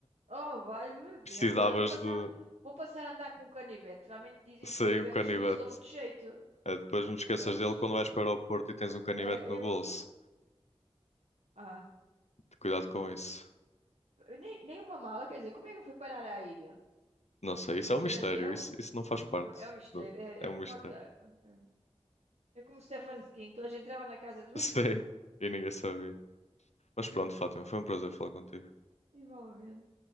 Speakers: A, on the right; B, on the left.
A: Oh, valha-me Deus.
B: Precisavas
A: Olha, vou passar,
B: de
A: vou passar a andar com um canivete. Realmente dizem
B: sair
A: que os canivetes
B: um canivete.
A: suíços dão de jeito.
B: Eh, depois não te esqueças
A: Prontos.
B: dele quando vais para o aeroporto e tens um canivete
A: Eh,
B: no
A: eu.
B: bolso.
A: Ah,
B: Cuidado com isso.
A: nem, nem uma mala, quer dizer, como é que eu fui parar à ilha?
B: Não sei, isso
A: Caí
B: é um mistério.
A: de avião?
B: Isso, isso não faz parte.
A: É é um mistério.
B: do-
A: É,
B: É
A: é
B: um
A: como
B: mistério.
A: aquele. É é como Stephen King, toda a gente entrava na casa
B: <laughs>
A: de banho.
B: Sim, e ninguém sabia. Mas pronto, Fátima, foi um prazer falar contigo.
A: <laughs> Igualmente.